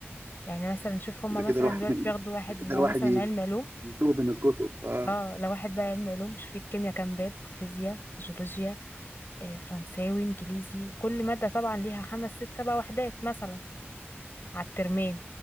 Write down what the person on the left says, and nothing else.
يعني مثلا شوف هما
مثلا
دلوقتي بياخدوا واحد
لو
مثلا
علم علوم
اه لو واحد بقى علم علوم شوف الكيمياء كام باب فيزياء جيولوجيا آه، فرنساوي انجليزي كل مادة طبعا ليها خمس ست سبع وحدات مثلا على الترمين